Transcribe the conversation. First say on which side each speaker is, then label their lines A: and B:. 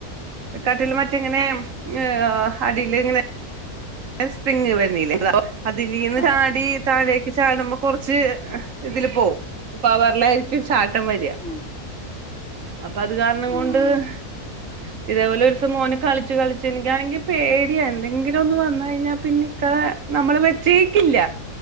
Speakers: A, on the right (about 60°); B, on the left (about 40°).
A: കട്ടില് മറ്റിങ്ങനെ ഉം ങ്ങ്‌ അടിയില് ഇങ്ങനെ സ്പ്രിംഗ് വര്ണില്ലേ <unintelligible> അതിലീന്ന്
B: ആഹ്
A: ചാടി താഴെ ചാടുമ്പോ കൊറച്ച് ഹ് ഇതില് പോവും പവർലായിരിക്കും ചാട് ടംവരിയാ
B: ആഹ്
A: അപ്പം അത് കാരണം
B: ആഹ്
A: കൊണ്ട് ഹ് ഇതേപോലെ ഒരു ദിവസം മോന് കളിച്ച് കളിച്ച് എനിക്കാണെങ്കി പേടിയാ എന്തെങ്കിലും ഒന്ന് വന്നാ കഴിഞ്ഞ പിന്നിഇക്ക നമ്മള് വെച്ചേക്കില്ല